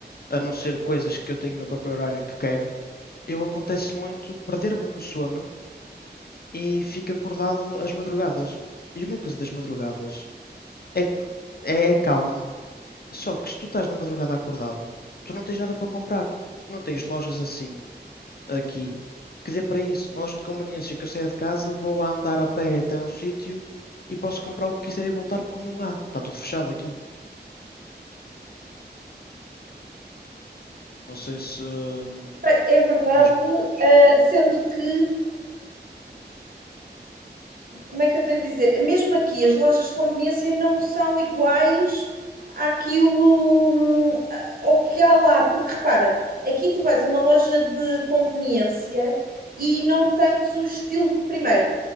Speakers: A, on the left (about 60°); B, on the right (about 55°).
A: a não ser coisas que eu tenho o meu próprio horário que quero, eu acontece muito perder-me no sono e fico acordado às madrugadas. E uma coisa das madrugadas é que é, é calmo, só que se tu estás na madrugada acordado, tu não tens nada para comprar. Não tens lojas assim aqui, que dê para isso. Uma loja de conveniência que eu saia de casa, vou a andar a pé até um sítio e posso comprar o que quiser e voltar porque não há. Está tudo fechado aqui. Não sei se. hum,
B: Bem, É verdade,
A: Diz-me.
B: ah, sendo que como é que eu tenho de dizer? Mesmo aqui, as lojas de conveniência não são iguais àquilo hum, ao que há lá, porque repara, aqui tu vais a uma loja de conveniência e não tens o estilo. Primeiro,